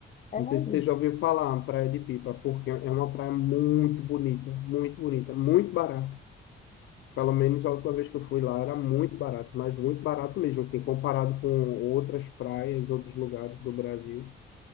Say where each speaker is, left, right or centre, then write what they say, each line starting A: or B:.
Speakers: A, on the left; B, on the left.
A: é
B: Não
A: mais
B: sei se
A: isso.
B: você já ouviu falar, Praia de Pipa, porque é uma praia muito bonita, muito bonita, muito barata. Pelo menos a última vez que eu fui lá era muito barato, mas muito barato mesmo, assim, comparado com outras praias, outros lugares do Brasil.